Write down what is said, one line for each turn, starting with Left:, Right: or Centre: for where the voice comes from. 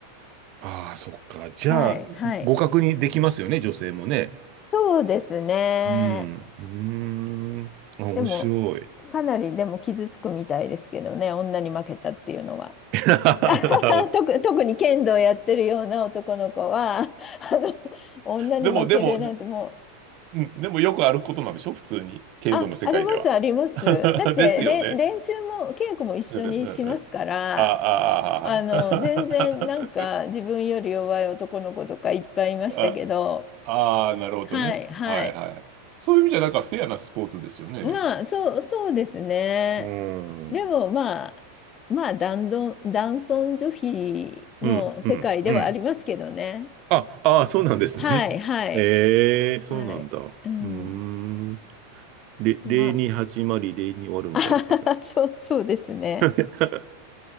Right: ああ、そっか。じゃあ、
Left: はい、はい。
Right: 互角にできますよね、女性もね。
Left: そうですね。
Right: うん。うーん。あ、面白い。
Left: でも、かなりでも傷つくみたいですけどね、女に負けたっていうのは。
Right: <laughs> なるほど。
Left: <laughs> 特、特に剣道やってるような男の子は、<laughs> あの、女に負けるなんてもう、
Right: でも、でも、うん、でもよくあることなんでしょ普通に。剣道の世界では。
Left: あ、あります、あります。
Right: <laughs>
Left: だって、
Right: ですよね。
Left: れん練習も、稽古も一緒にしますから、
Right: うんうんうん。ああ、
Left: あの、
Right: ああ。
Left: 全然なんか自分より弱い男の子とかいっぱいいましたけど、
Right: あああ、ああなるほどね。
Left: はい、はい。
Right: はいはい。そういう意味じゃ、なんかフェアなスポーツですよね。
Left: まあ、そう、そうですね。
Right: うーん。
Left: でもまあ、まあ、男尊、男尊女卑の世界ではありますけどね。
Right: うん、うん、うん。あ、ああ、そうなんですね。
Left: はい、はい。
Right: ええ、そうなんだ。
Left: はい。
Right: うーん。
Left: うん。
Right: れ、
Left: ま
Right: 礼に始まり、礼に終わるみたいな感じなんで
Left: あ、<laughs> そう、そうですね。
Right: すね。